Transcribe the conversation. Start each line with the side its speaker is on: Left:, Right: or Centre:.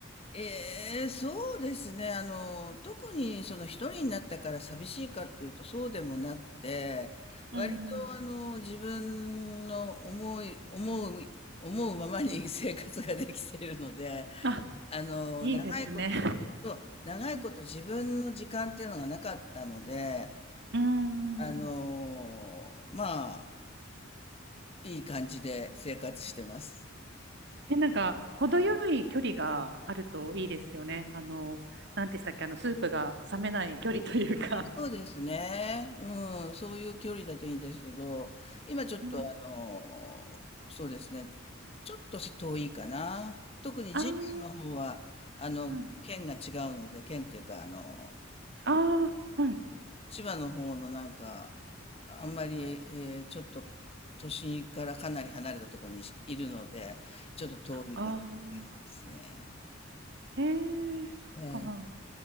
Left: ええ、そうですね。あの、特にその一人になったから寂しいかっていうとそうでもなくて、
Right: <laughs> うんうん。
Left: 割とあの自分の思い、思う、思うままに生活ができているので、
Right: あ、
Left: あの、
Right: いいですね。
Left: 長いこと、そう、長いこと自分の時間っていうのがなかったので、
Right: うん。うん
Left: あの、まあ、いい感じで生活してます。
Right: え、なんか、程よい距離があるといいですよね。あの、なんてしたっけ、あの、スープが冷めない距離というか。
Left: あ、そうですね。うん、そういう距離だといいんですけど、今ちょっとあの、
Right: うん
Left: そうですね、ちょっと遠いかな。特に次男の方は、
Right: ああ、
Left: あの、
Right: うん。
Left: 県が違うので、県っていうか、あの、
Right: ああ、はい。
Left: 千葉の方のなんか、あんまり、えーちょっと都心からかなり離れたところにいるので、ちょっと遠いかなって感じですね。
Right: ああ、ええー、そっか。
Left: ええ